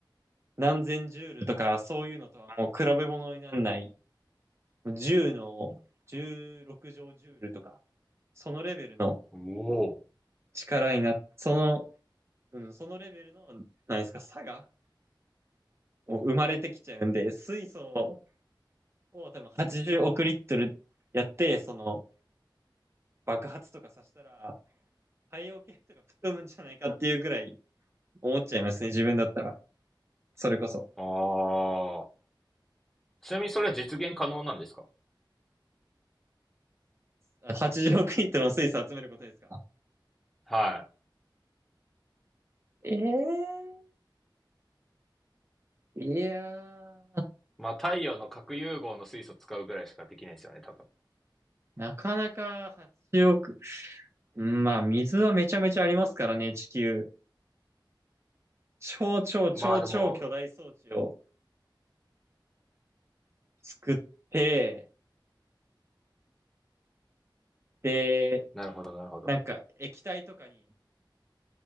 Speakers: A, on the right; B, in the centre.
A: 何千ジュールとか、そういうのとはもう比べ物にならない、10の16乗ジュールとか、そのレベルの
B: お
A: 力になっその、うん、そのレベルの、なんですか、差が生まれてきちゃうんで、水素を多分80億リットルやって、その爆発とかさせたら、太陽系とか吹っ飛ぶんじゃないかっていうくらい思っちゃいますね、自分だったら。それこそ。
B: お、ああ。ちなみにそれは実現可能なんですか
A: 80億イントの水素集めることですか
B: は
A: ええーいやー、
B: い。まあ、太陽の核融合の水素使うぐらいしかできないですよね、多分。
A: なかなか80億。うんまあ、水はめちゃめちゃありますからね、地球。超超超超巨大装置を
B: まあ、でも、
A: 作って、で、
B: なるほど、なるほど。
A: なんか液体とかに、